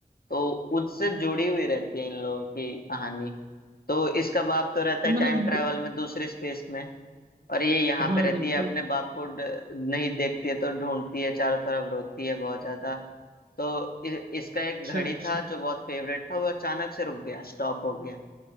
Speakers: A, on the left (about 65°); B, on the right (about 65°).
A: तो उससे जुड़ी हुई रहती है इन लोगों की कहानी तो इसका बाप तो रहता
B: तो
A: है
B: मतलब
A: टाइम ट्रैवल में दूसरे स्पेस में और ये यहाँ
B: हाँ
A: पे रहती
B: बिल्कुल
A: है अपने बाप को ड- नहीं देखती है तो ढूंढती है चारों तरफ रोती है बहुत ज्यादा तो इ, इसका एक
B: अच्छा
A: घड़ी
B: अच्छा
A: था जो बहुत फेवरेट था वो अचानक से रुक गया स्टॉप हो गया